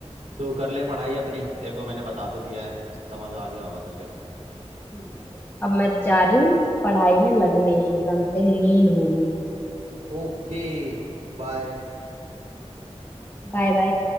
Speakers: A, on the right (about 75°); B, on the left (about 15°).
A: तू कर ले पढ़ाई अपनी तेरे को मैंने बता तो दिया है समझ आ गया होगा तुझे
B: ठीक है अब मैं जा रही हूँ पढ़ाई में लगने एकदम से लीन होने
A: ओके बाय
B: Bye bye